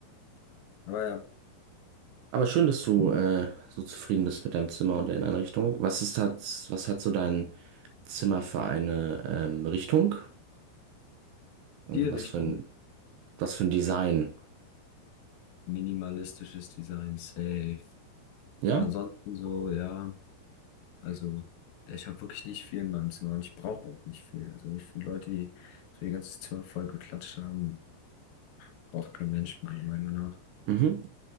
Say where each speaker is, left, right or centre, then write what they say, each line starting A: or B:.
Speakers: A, on the left; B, on the right.
A: aber ja,
B: Aber schön, dass du äh, so zufrieden bist mit deinem Zimmer und der Inneneinrichtung. Was ist das, was hat so dein Zimmer für eine ähm, Richtung? Also
A: die Richtung.
B: was für ein, was für ein Design?
A: Minimalistisches Design, safe.
B: Ja?
A: Und ansonsten so, ja, also ich habe wirklich nicht viel in meinem Zimmer und ich brauche auch nicht viel. Also ich finde Leute, die so ihr ganzes Zimmer voll geklatscht haben, braucht kein Mensch, meiner Meinung nach.
B: Mhm.